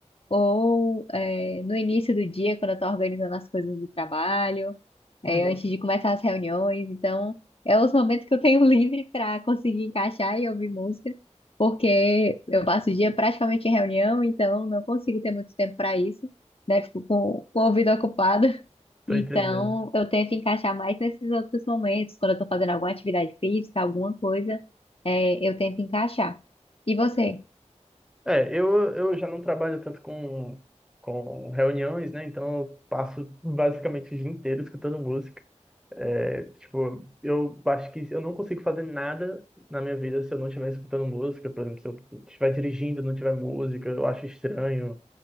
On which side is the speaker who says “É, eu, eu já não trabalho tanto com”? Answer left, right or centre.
Centre